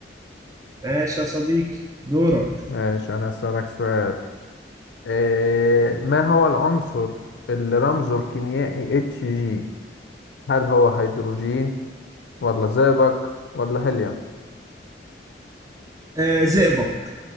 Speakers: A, on the right; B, on the left.
A: ماشي يا صديقي دورك
B: ماشي أنا أسألك سؤال إيه ما هو العنصر اللي رمزه الكيميائي اتش جي هل هو هيدروجين ولا زئبق ولا هيليوم
A: آه زئبق